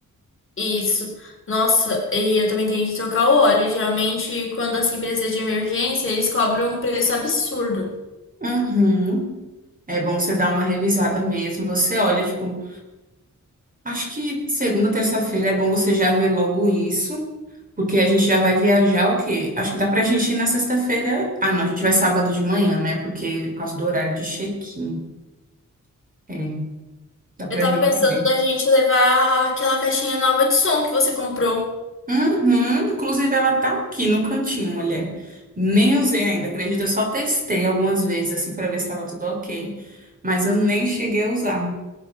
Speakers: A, on the left; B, on the right.
A: Isso. Nossa, e eu também tenho que trocar o óleo. Geralmente, quando assim precisa de emergência, eles cobram um preço absurdo.
B: Uhum. É bom você dar uma revisada mesmo. Você olha, tipo, Acho que segunda, terça-feira é bom você já ver logo isso, porque a gente já vai viajar o quê? Acho que dá pra gente ir na sexta-feira. Ah, não, a gente vai sábado de manhã, né? Porque por causa do horário de check-in. É, dá pra
A: Eu tava
B: gente
A: pensando
B: ver.
A: da gente levar aquela caixinha nova de som que você comprou.
B: Uhum, inclusive ela tá aqui no cantinho, mulher. Nem usei ainda, acredita? Eu só testei algumas vezes, assim, pra ver se tava tudo ok. Mas eu nem cheguei a usar.